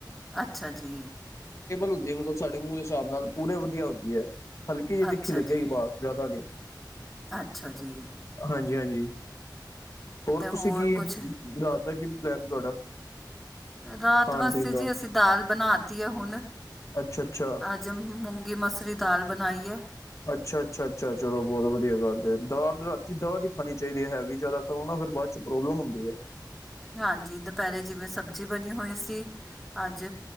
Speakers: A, in the centre; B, on the left.
A: ਅੱਛਾ ਜੀ।
B: ਹੁੰਦੀ ਹੈ ਮਤਲਬ ਸਾਡੇ ਮੂੰਹ ਦੇ ਹਿਸਾਬ ਨਾਲ ਪੂਰੇ ਵਧੀਆ ਹੁੰਦੀ ਹੈ ਹਲਕੀ ਜਿਹੀ ਤਿੱਖੀ
A: ਅੱਛਾ
B: ਲੱਗੇਗੀ
A: ਜੀ
B: ਬਸ ਜ਼ਿਆਦਾ ਨਈ।
A: ਅੱਛਾ ਜੀ।
B: ਹਾਂਜੀ-ਹਾਂਜੀ ਹੋਰ
A: ਅਤੇ
B: ਤੁਸੀਂ ਕੀ
A: ਕੁਛ
B: ਰਾਤ ਦਾ ਕੀ ਪਲੈਨ ਤੁਹਾਡਾ?
A: ਰਾਤ
B: ਖਾਣ
A: ਵਾਸਤੇ
B: ਪੀਣ
A: ਜੇ
B: ਦਾ
A: ਅਸੀਂ ਦਾਲ ਬਣਾ ਤੀ ਹੈ ਹੁਣ।
B: ਅੱਛਾ-ਅੱਛਾ
A: ਜ ਮੂੰਗੀ ਮਸਰੀ ਦਾਲ ਬਣਾਈਏ।
B: ਅੱਛਾ-ਅੱਛਾ-ਅੱਛਾ ਚਲੋ ਬਹੁਤ ਵਧੀਆ ਗੱਲ ਏ। ਦਾਲ ਰਾਤੀ ਦਾਲ ਹੀ ਖਾਣੀ ਚਾਹੀਦੀ ਹੈ ਵੀ ਹੈਵੀ ਜ਼ਿਆਦਾ ਖਾਉ ਨਾ ਫੇਰ ਬਾਅਦ ਵਿੱਚ ਪ੍ਰੋਬਲਮ ਹੁੰਦੀ ਹੈ।
A: ਹਾਂਜੀ ਦੁਪਹਿਰੇ ਜਿਵੇਂ ਸਬਜ਼ੀ ਬਣੀ ਹੋਈ ਸੀ ਅੱਜ